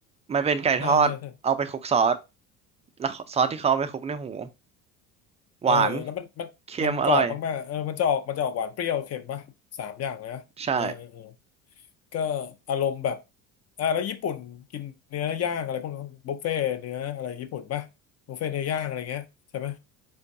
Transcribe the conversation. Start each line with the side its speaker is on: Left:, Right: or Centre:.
Right: มันเป็นไก่ทอด
Left: ใช่ใช่ใช่
Right: เอาไปคลุกซอสแล้วซอสที่เขาเอาไปคลุกในหูหวาน
Left: เออแล้วมันมันมันกรอบมากๆเออมันจะออกมันจะออกหวานเปรี้ยวเค็มป่ะสามอย่างเลยนะเออเออเออ
Right: เค็มอร่อยใช่
Left: ก็อารมณ์แบบอ่าแล้วญี่ปุ่นกินเนื้อย่างอะไรพวกนั้นบุฟเฟ่เนื้ออะไรญี่ปุ่นป่ะบุฟเฟ่เนื้อย่างอะไรเงี้ยใช่ไหม